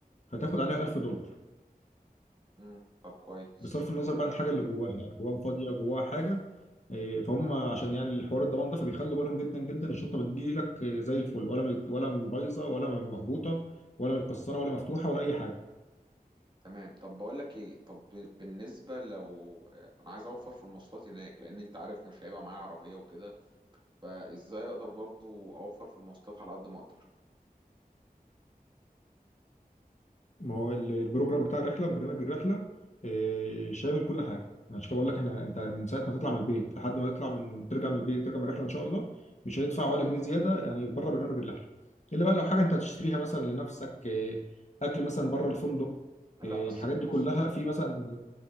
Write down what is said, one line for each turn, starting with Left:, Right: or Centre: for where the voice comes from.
Left: هتاخد عليها 1000 دولار
Right: مم. طب كويس
Left: بصرف النظر بقى عن الحاجه اللي جواها يعني جواها فاضيه جواها حاجه إيه، فهم عشان يعني الحوار الضمان ده فبيخلوا بالهم جدا جدا الشنطه بتجيلك إيه، زي الفل ولا مت- ولا بايظه ولا مهبوطه ولا متكسره ولا مفتوحه ولا اي حاجه
Right: تمام طب بقول لك ايه طب ب- بالنسبه لو انا عايز اوفر في المواصلات هناك لان انت عارف مش هيبقى معايا عربيه وكده فازاي اقدر برضو اوفر في المواصلات على قد ما اقدر
Left: ما هو ال- البروجرام بتاع الرحله برنامج الرحله آه، شامل كل حاجه ما عشان كده بقول لك احنا انت من ساعه ما تطلع من البيت لحد ما تطلع من ترجع من البيت ترجع من الرحله ان شاء الله مش هتدفع ولا جنيه زياده يعني بره برنامج الرحله الا بقى لو حاجه انت هتشتريها مثلا لنفسك آه، اكل مثلا بره الفندق
Right: لا
Left: آه،
Right: أص...
Left: الحاجات دي
Right: بص
Left: كلها
Right: بص
Left: في مثلا